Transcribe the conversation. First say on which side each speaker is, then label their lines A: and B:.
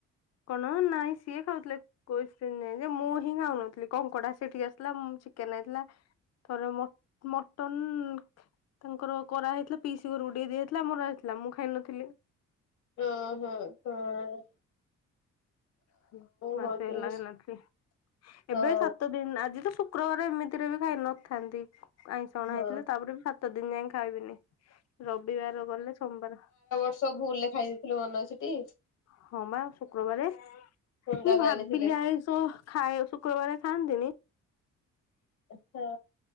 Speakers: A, on the left; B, on the left.
A: କଣ ନାଇଁ ସିଏ ଖାଉଥିଲେ। କୋସିନ୍ ନାଇଁ ଯେ ମୁଁ ହିଁ ଖାଉନଥିଲି କଙ୍କଡା ସେଠିକି ଆସିଲା ମୁ ଚିକେନ୍ ଆଇଥିଲା ଥରେ ମ ମଟନ୍ ତାଙ୍କର କରା ହେଇଥିଲା ପିସି ଘରକୁ ଟିକେ ଦିଆଯାଇଥିଲା ଆମର ଆସିଥିଲା ମୁଁ ଖାଇନଥିଲି।
B: ହୁନ୍ ହୁଁ ହୁଁ।
A: ହୁଁ ମାସେ
B: ହଉଛି
A: ହେଲା ଖାଇନଥିଲି
B: ହଁ
A: ଏବେ ସାତ ଦିନ୍ ଆଜି ତ ଶୁ ଶୁକ୍ରବାରେ ଏମିତିରେ ବି ଖାଇନଥାନ୍ତି ଆଇଁସ ଅଣାହେଇଥିଲେ
B: ହଁ।
A: ତାପରେ ବି ସା ସାତ ଦିନ୍ ଯାଏ ଖାଇବିନି ରବିବାର ଗଲେ ସୋମବାର।
B: ସବୁ ଭୁଲ୍ ରେ ଖାଇ ଦେଇଥିଲୁ ମନେ ଅଛି ଟି।
A: ହଁ ବା ଶୁକ୍ରବାରେ।
B: ହୁନ୍ଦା
A: ମୁ ଭାବିଲି
B: ଆଣିଥିଲେ
A: ଆଇଁଷ ଖାଏ ଶୁକ୍ରବାରେ ଖାଆନ୍ତିନି।
B: ଆଚ୍ଛା।